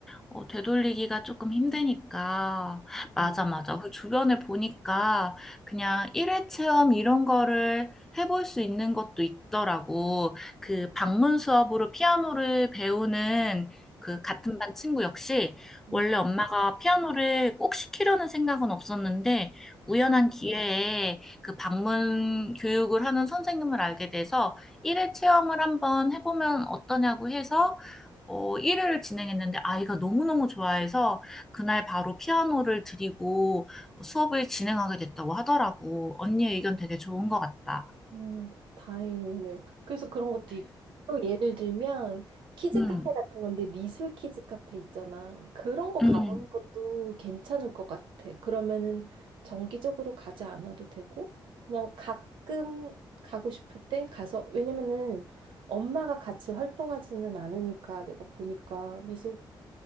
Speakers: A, in the centre; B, on the right (about 85°).
A: 어, 되돌리기가 조금 힘드니까. 맞아,
B: 음.
A: 맞아. 그 주변을 보니까 그냥 일회 체험 이런 거를 해볼 수 있는 것도 있더라고. 그 방문 수업으로 피아노를 배우는 그 같은 반 친구 역시
B: 음.
A: 원래 엄마가 피아노를 꼭 시키려는 생각은 없었는데 우연한 기회에 그 방문 교육을 하는 선생님을 알게 돼서 일회 체험을 한번 해보면 어떠냐고 해서 어, 1회를 진행했는데 아이가 너무너무 좋아해서 그날 바로 피아노를 드리고 수업을 진행하게 됐다고 하더라고. 언니 의견 되게 좋은 것 같다.
B: 음, 다행이네. 그래서 그런 것도 있고, 또 예를 들면, 키즈
A: 음,
B: 카페 같은 건데, 미술 키즈 카페 있잖아. 그런 거 가보는
A: 음.
B: 것도 괜찮을 것 같아. 그러면은 정기적으로 가지 않아도 되고, 그냥 가끔 가고 싶을 때 가서, 왜냐면은 엄마가 같이 활동하지는 않으니까 내가 보니까 미술